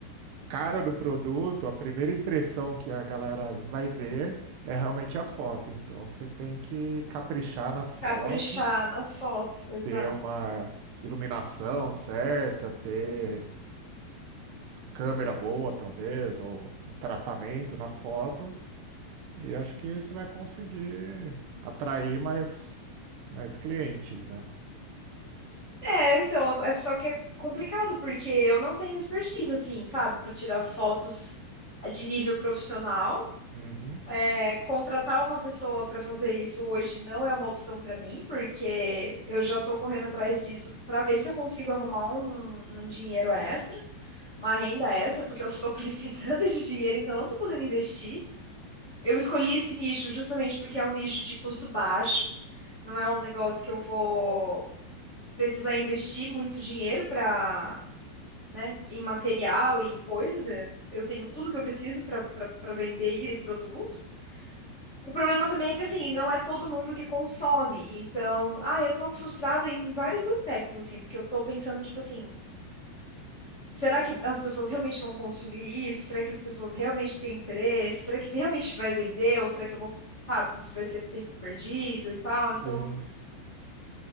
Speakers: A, on the right (about 75°); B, on the left (about 35°).
A: cara do produto, a primeira impressão que a galera vai ver é realmente a foto. Então você tem que caprichar nas fotos,
B: Caprichar na foto, exato.
A: ter uma iluminação certa, ter câmera boa, talvez, ou um tratamento na foto. E acho que você vai conseguir atrair mais, mais clientes, né?
B: É, então, eu- é só que é complicado, porque eu não tenho expertise, assim, sabe, para tirar fotos de nível profissional.
A: Uhum.
B: é, contratar uma pessoa para fazer isso hoje não é uma opção para mim, porque eu já estou correndo atrás disso para ver se eu consigo arrumar um, um dinheiro extra, uma renda extra, porque eu estou <laughs> precisando de dinheiro, então eu não estou podendo investir. Eu escolhi esse nicho justamente porque é um nicho de custo baixo, não é um negócio que eu vou precisar investir muito dinheiro para, né, em material e em coisas. é, Eu tenho tudo que eu preciso para para vender esse produto. O problema também é que, assim, não é todo mundo que consome. Então, ah, eu tô frustrada em vários aspectos, assim, porque eu tô pensando, tipo assim, será que as pessoas realmente vão consumir isso? Será que as pessoas realmente têm interesse? Será que realmente vai vender? Ou será que eu vou, sabe, isso vai ser tempo perdido e tal? Então,
A: Sim.